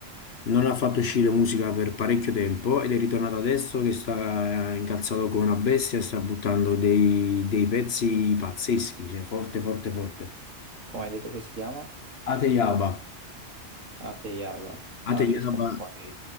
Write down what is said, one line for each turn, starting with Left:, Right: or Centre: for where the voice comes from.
Left: non ha fatto uscire musica per parecchio tempo ed è ritornato adesso che sta incazzato come una bestia e sta buttando dei, dei pezzi pazzeschi, cioè forte, forte, forte.
Right: come hai detto che si chiama?
Left: Ateyaba.
Right: Ateyaba.
Left: Ateyaba
Right: Ah, ci sta poi